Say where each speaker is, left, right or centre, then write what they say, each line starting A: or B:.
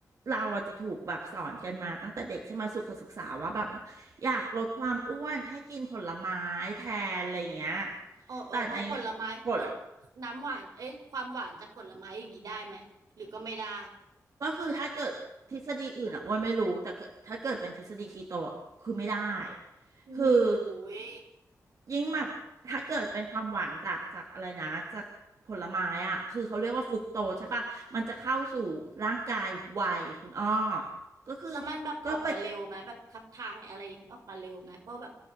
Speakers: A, on the right (about 60°); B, on the right (about 85°).
A: เราอะจจะถูกแบบสอนกันมาตั้งแต่เด็กใช่ไหมสุขศึกษาว่าแบบอยากลดความอ้วนให้กินผลไม้แทนอะไรอย่างเงี้ย
B: เออเออเออผลไม้ผล
A: แต่ในผล
B: น้ำหวานเอ๊ะความหวานจากผลไม้อย่างนี้ได้ไหมหรือก็ไม่ได้
A: ก็คือถ้าเกิดทฤษฎีอื่นอ่ะอ้วนไม่รู้แต่เกิดถ้าเกิดเป็นทฤษฎีคีโตอะคือไม่ได้
B: โอ้
A: คือ
B: ย
A: ยิ่งแบบถ้าเกิดเป็นความหวานจากจากอะไรนะจากผลไม้อ่ะคือเขาเรียกว่าฟรุกโตใช่ปะมันจะเข้าสู่ร่างกายไวคุณอ้อก็คือ
B: แล้วมันแบบออกมาเร็วไหมแบบขับถ่ายอะไรอย่างนี้ออกมาเร็วไหมเพราะแบบ
A: ก็ไป